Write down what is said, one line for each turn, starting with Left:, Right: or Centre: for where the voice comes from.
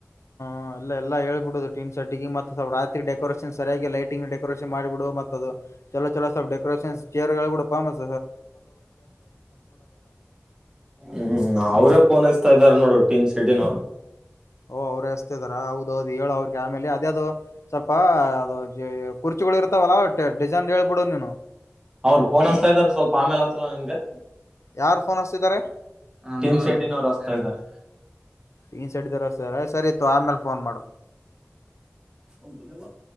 Left: ಹ್ ಎಲ್ಲ ಎಲ್ಲ ಹೇಳ್ಬಿಡದು ಟೀಮ್ ಸೇಟ್ಟಿಗೆ ಮತ್ತ ರಾತ್ರಿ ಡೆಕೋರೇಷನ್ ಸರಿಯಾಗಿ ಲೈಟಂಗ್ ಡೆಕೋರೇನ್ ಮಾಡಿಬಿಡು ಮತ್ತ ಅದು. ಚಲೋ ಚಲೋ ಸೋಲ್ಪ್ ಡೇಕೋರೇಷನ್ ಚೇರ್ಗಳು ಹೇಳ್ಬಿಡಪ ಮತ್
Right: ಹ್ಮ್ ಅವರೇ ಪೋನ್ ಇದಾರೆ ನೋಡು ಟೀನ್ ಶೇದಿನವ್ರು.
Left: ಓ ಅವ್ರೆ ಹೌದ ಹೌದು ಹೇಳು ಅವ್ರಿಗೆ ಆಮೇಲೆ ಅದೇ ಅದು ಸ್ವಲ್ಪ ಅದು ಕುರ್ಚುಗಳು ಇರ್ತಾವಲ್ಲ ಡಿಸೈನ್ ಹೇಳ್ಬಿಡು ನೀನು.
Right: ಅವ್ರು ಪೋನ್ ಹಚ್ತಾ ಇದಾರೆ ಸ್ವಲ್ಪ ಆಮೇಲೆ ಹಚ್ಲ ನಿನ್ಗೆ.
Left: ಯಾರ್ ಫೋನ್ ಹಸ್ತಿದ್ದಾರೆ.
Right: ಗ ಶೆಡ್ನರು ರಸ್ತ ಇದ್ದಾರೆ
Left: ಟೀನ್ ಸಡಿದಾರ ಸರ್ ಸರಿ ಇತ್ತು ಆಮೇಲೆ ಫೋನ್ ಮಾಡು
Right: ಹೌ ಧನ್ಯವಾದ